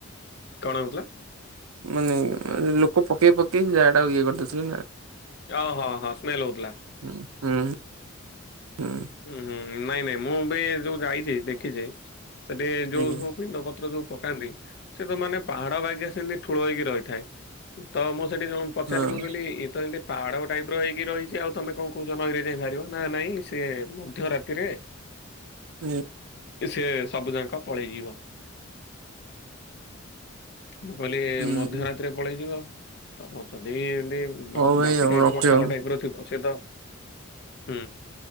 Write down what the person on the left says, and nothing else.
କଣ ହେଉଥିଲା।
ଓହୋ ହଁ ହଁ ସ୍ମେଲ ହଉଥିଲା।
ହୁଁ ହୁଁ ନାଇଁ ନାଇଁ ମୁଁ ବି ଯୋଉ ଯାଇଛି ଦେଖିଛି। ସେଠି ଯୋଉ
ସବୁ ପିଣ୍ଡ ପତ୍ର ଯୋଉ ପକାନ୍ତି। ସେ ତ ମାନେ ପାହାଡ ବାଗେ ସେମିତି ଠୁଳ ହେଇକି ରହିଥାଏ ତ ମୁଁ ସେଠି ଜଣ ପଚାରିଲି
ମୁଁ କହିଲି ଇଏ ତ ଏମିତି ପାହାଡ ଟାଇପ ର ହେଇକି ରହିଛି ଆଉ ତମେ କଣ କହୁଛ ନଈରେ ଯାଇ ବାହାରିବ ନା ନାଇଁ ସେ ମଧ୍ୟ ରାତିରେ
ସେ ସବୁ ଯାକ ପଳେଇଯିବ, ମୁଁ କହିଲି
ମଧ୍ୟ ରାତି ରେ ପଳେଇଯିବ ତ ଯଦି ଏତି
ବାମ୍ଫି
ଟାଇପ
ର ଖାଲ
ଟାଇପ ର ଥିବ ସେ ତ ହୁଁ।